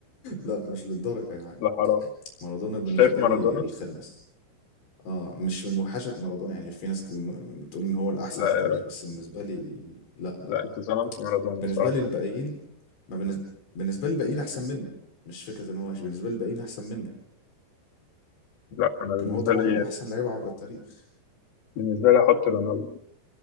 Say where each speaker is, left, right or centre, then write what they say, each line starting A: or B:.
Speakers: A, on the left (about 90°); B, on the left (about 65°).
A: لا مش للدرجة يعني
B: لا حرام
A: مارادونا
B: أنت
A: بالنسبة
B: شايف مارادونا؟
A: لي الخامس اه مش من وحشة مارادونا يعني في ناس كتير م- بتقول ان هو الاحسن
B: لا
A: في التاريخ
B: يا راجل
A: بس بالنسبة لي لا
B: لا
A: لا
B: أنت ظلمت مارادونا
A: بالنسبة
B: بصراحة
A: لي الباقيين ما بالنسبة بالنسبة لي الباقيين احسن منه مش فكرة ان هو وحش بالنسبة لي الباقيين احسن منه
B: لا أنا بالنسبة
A: كان هو طبعا
B: لي
A: من احسن لعيبة عبر التاريخ
B: بالنسبة لي أحط رونالدو